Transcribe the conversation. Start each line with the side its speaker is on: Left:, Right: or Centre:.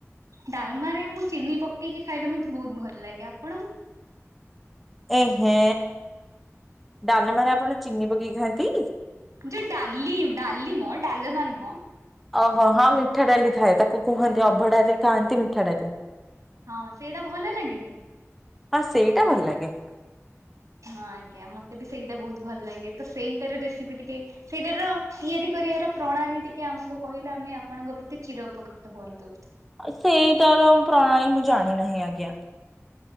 Right: ଡାଲମାରେ ମୁଁ ଚିନି ପକେଇକି ଖାଇଲେ ମତେ ବହୁତ ଭଲ ଲାଗେ ଆ? ଆପଣଙ୍କୁ?
Centre: ଏହେ ଡାଲ ମ ଆପଣ ଚିନି ପକେଇ ଖାଆନ୍ତି।
Right: ଯୋଉ ଡାଲି ଡାଲିମ। ଡାଲମା ନୁହଁ।
Centre: ଓହୋ ହଁ ମିଠା ଡାଲି ଥାଏ, ତାକୁ କୁହନ୍ତି ଅଭଢଡ ାରେ ଖାଆନ୍ତି ମିଠା ଡାଲି।
Right: ହଁ ସେଇଟା ଭଲ ଲାଗେଛି
Centre: ହଁ ସେଇଟା ଭଲ ଲାଗେ।
Right: ହଁ ଆଜ୍ଞା ମତେ ବି ସେଇଟା ବହୁତ ଭଲ ଲାଗେ ତ ସେଇଟାର ରେସିପି ଟିକେ ସେଇଟାର ତିଆରି କରିବାର ପ୍ରଣାଳୀ ଟିକେ ଆମକୁ କହିଲେ ଆମେ ଆପଣଙ୍କ ପ୍ରତି ଚିର ଉପକୃତ ହୁଅନ୍ତୁ।
Centre: ସେଇଟାର ପ୍ରଣାଳୀ ମୁଁ ଜାଣି ନାହିଁ ଆଜ୍ଞା।